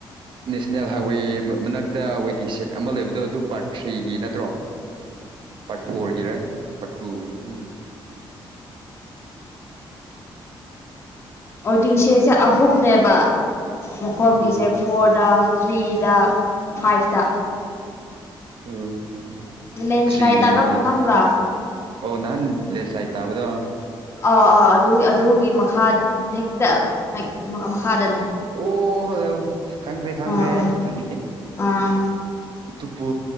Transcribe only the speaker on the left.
ꯋꯥꯢꯗꯤꯡꯁꯦꯠꯁꯦ ꯑꯍꯨꯝꯅꯦꯕ ꯃꯈꯐꯝꯒꯤꯁꯦ
ꯐꯣꯔꯠ ꯊ꯭ꯔꯤꯗ ꯐꯥꯏꯚꯇ
ꯂꯦꯟꯁ꯭ꯂꯥꯏꯠ
ꯇꯥꯔꯝꯕ
ꯈꯪꯕ꯭ꯔꯥ
ꯑꯥ ꯑꯥ ꯑꯗꯨ ꯑꯗꯨꯒꯤ ꯃꯈꯥ ꯍꯦꯛꯇ ꯃꯈꯥꯗꯅꯦ
ꯑꯥ ꯑꯥ
ꯑꯥ